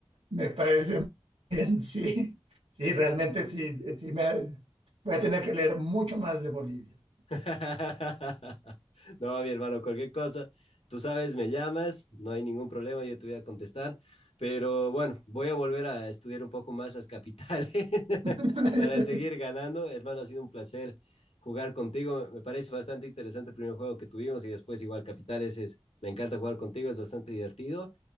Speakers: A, on the right; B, on the left.
A: me parece bien, sí. Sí, realmente sí, sí me ha- voy a tener que leer mucho más de Bolivia.
B: <laughs> No, mi hermano, cualquier cosa, tú sabes, me llamas, no hay ningún problema, yo te voy a contestar, pero bueno, voy a volver a estudiar un poco más las capitales <laughs>
A: <laughs>
B: para seguir ganando. Hermano, ha sido un placer jugar contigo, me parece bastante interesante el primer juego que tuvimos y después igual capitales es, me encanta jugar contigo, es bastante divertido